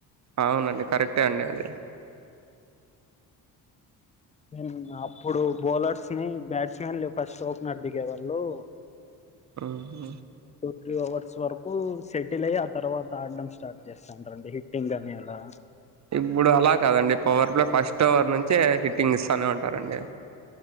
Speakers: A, on the right; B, on the left.
A: అవునండి కరెక్టే అండి అది.
B: మ్ అప్పుడు బౌలర్స్ ని, బ్యాట్స్ మన్లు ఫస్ట్ ఓపెనర్ దిగేవాళ్ళు.
A: ఆహ
B: త్రీ అవర్స్ వరకు సెటిల్ అయి ఆ తర్వాత ఆడడం స్టార్ట్ చేస్తాను రండి హిట్టింగ్ అని అలా.
A: ఇప్పుడు అలా కాదండి పవర్ ప్లే ఫస్ట్ ఓవర్ నుంచే హిట్టింగ్ ఇస్తానే ఉం రా రండి